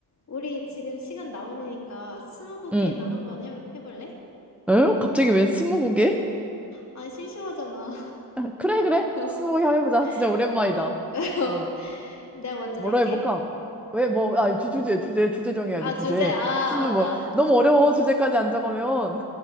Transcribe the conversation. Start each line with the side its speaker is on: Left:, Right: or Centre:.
Left: 우리 지금 시간 남으니까 스무고개나
Centre: 응.
Left: 한번 해, 해볼래?
Centre: 어? 갑자기 웬 스무고개?
Left: 아니, 심심하잖아.
Centre: <laughs> 그래, 그래.
Left: <laughs>
Centre: 스무고개 한번 해보자. 진짜 오랜만이다.
Left: 어, <laughs>
Centre: 어.
Left: 내가 먼저
Centre: 뭐로
Left: 낼게.
Centre: 해볼까? 왜,
Left: 음,
Centre: 뭐, 아, 주, 주제, 주제, 주제 정해야지,
Left: 아,
Centre: 주제.
Left: 주제, 아,
Centre: 스무,
Left: 맞다.
Centre: 뭐, 너무 어려워. 주제까지 안 정하면.